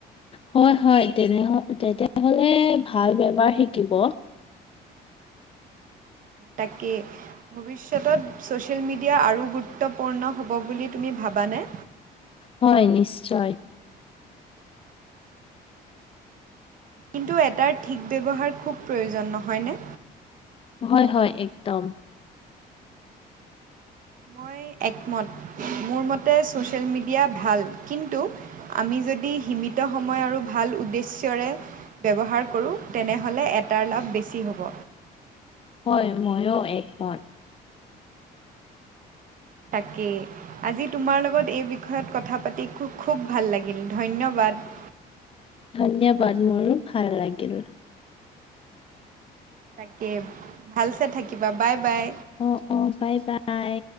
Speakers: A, on the left; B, on the right.
A: হয় হয় তেনেহল তেতিয়া হলে ভাল ব্যৱহাৰ শিকিব।
B: তাকে। ভৱিষ্যতত ছ'চিয়েল মিডিয়া আৰু গুৰুত্বপূৰ্ণ হ'ব বুলি তুমি ভাবানে?
A: হয় নিশ্চয়।
B: কিন্তু এটাৰ ঠিক ব্যৱহাৰ খুব প্ৰয়োজন নহয়নে?
A: হয় হয় একদম।
B: মই একমত, মোৰ মতে ছ'চিয়েল মিডিয়া ভাল কিন্তু আমি যদি সীমিত সময় আৰু ভাল উদ্দেশ্যৰে ব্যৱহাৰ কৰোঁ তেনেহ'লে এটাৰ লাভ বেছি হ'ব।
A: হয় ময়ো একমত।
B: তাকেই। আজি তোমাৰ লগত এই বিষয়ত কথা পাতি খু খুব ভাল লাগিল ধন্যবাদ।
A: ধন্যবাদ মোৰো ভাল লাগিল।
B: তাকে ভালছে থাকিবা, বাই বাই।
A: অঁ অঁ বাই বাই।